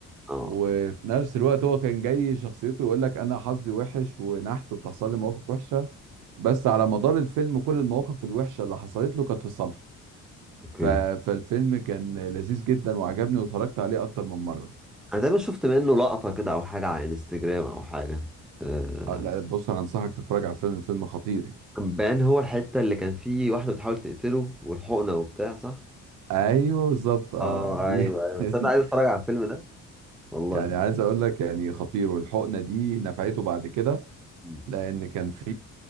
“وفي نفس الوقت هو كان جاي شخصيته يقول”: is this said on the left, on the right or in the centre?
Right